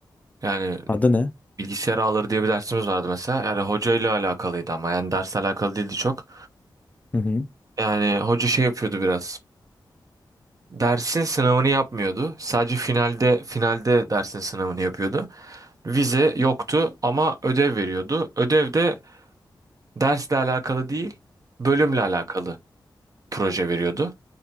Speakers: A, on the right; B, on the left.
A: Yani
B: Adı ne?
A: bilgisayar ağları diye bir dersimiz vardı mesela. Yani hocayla alakalıydı ama yani dersle alakalı değildi çok.
B: Hı hı.
A: Yani hoca şey yapıyordu biraz. Dersin sınavını yapmıyordu. Sadece finalde finalde dersin sınavını yapıyordu. Vize yoktu ama ödev veriyordu. Ödev de dersle alakalı değil, bölümle alakalı proje veriyordu.